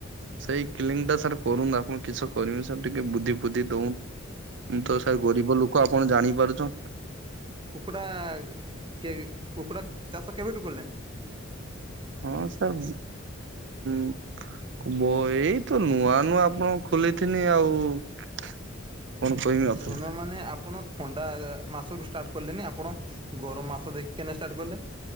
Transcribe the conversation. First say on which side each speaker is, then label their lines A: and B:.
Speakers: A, on the right; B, on the right.
A: ସେଇ କ୍ଲିଙ୍ଗଟା ସାର୍ କରୁନ୍ ଆପଣ କିସ କରମି ସାର୍ ଟିକେ ବୁଦ୍ଧି ଫୁଦ୍ଧି ଦଉଁ ମୁଁ ତ ସାର୍ ଗରିବ ଲୋକ ଆପଣ ଜାଣିପାରୁଚଁ।
B: କୁକୁଡ଼ା କେ କୁକୁଡ଼ା ଚାଷ କେବେଠୁ କଲେଣି?
A: ହଁ ସାର୍ ଉଁ ବ ଏଇ ତ ନୂଆ ନୂଆ ଆପଣ ଖୋଲେଇଥିନି ଆଉ କଣ କହିମି ଆପ
B: ଭଲ ମାନେ ଆପଣ ଥଣ୍ଡା ମାସରୁୁ ଷ୍ଟାର୍ଟ କଲେନି ଆପଣ ଗରମ ମାସ ଦେଖିକି କାଇଁ ନା ଷ୍ଟାର୍ଟ କଲେ।